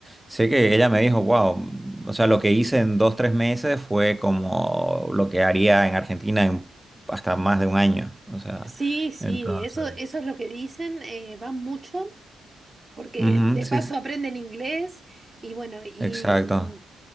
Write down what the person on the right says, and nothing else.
Sí, sí,
eso, eso es lo que dicen, eh, van mucho, porque
de
paso
aprenden inglés y bueno, y,
mm,